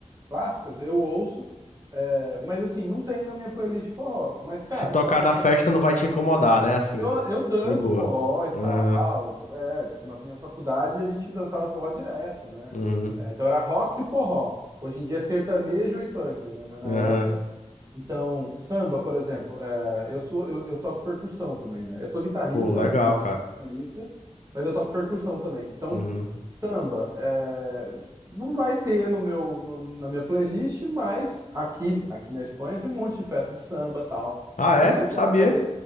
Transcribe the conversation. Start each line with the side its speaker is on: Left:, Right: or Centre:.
Right: clássicas, eu ouço. é, mas assim, não tem na minha playlist forró. Mas, cara,
Left: Se tocar
Right: tá tocando.
Left: na festa não vai te incomodar, né? Assim.
Right: Eu, eu danço
Left: De boa.
Right: forró e tal.
Left: Aham.
Right: É, tipo, na minha faculdade a gente dançava forró direto, né?
Left: Uhum.
Right: É, então era rock e forró. Hoje em dia é sertanejo e funk, né? Mas na
Left: Aham.
Right: época Então, samba, por exemplo, é, eu sou eu, eu toco percussão também, né? Eu sou guitarrista
Left: Pô, legal,
Right: e
Left: cara.
Right: e vocalista, mas eu toco percussão também. Então,
Left: Uhum.
Right: samba é, não vai ter no meu no- na minha playlist, mas aqui aqui na Espanha tem um monte de festa de samba, tal.
Left: Ah,
Right: Então
Left: é?
Right: você
Left: Sabia.
Right: vai,